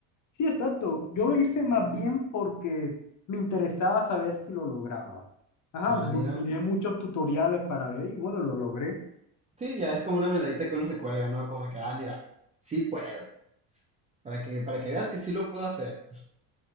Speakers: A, on the left; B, on the right.
A: Sí, exacto. Yo lo hice más bien porque me interesaba saber si lo lograba. Ajá,
B: Ah,
A: bu-
B: mira,
A: miré muchos tutoriales para ver y bueno, lo logré.
B: sí, ya es como una medallita que uno se cuelga, ¿no? Como que, ah, mira, sí puedo, para que, para que veas que sí lo puedo hacer.